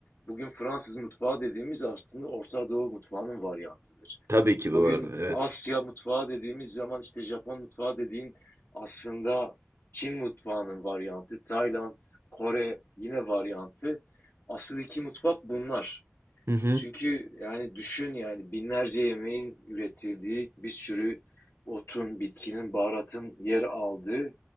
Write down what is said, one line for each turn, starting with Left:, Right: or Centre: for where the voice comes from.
Left: bugün Fransız mutfağı dediğimiz aslında Orta Doğu mutfağının varyantıdır.
Right: Tabii ki
Left: Bugün
Right: bu arada. Evet.
Left: Asya mutfağı dediğimiz zaman işte Japon mutfağı dediğin aslında Çin mutfağının varyantı, Tayland, Kore yine varyantı. Asıl iki mutfak bunlar.
Right: Hı hı.
Left: Çünkü yani düşün yani binlerce yemeğin üretildiği bir sürü otun, bitkinin, baharatın yer aldığı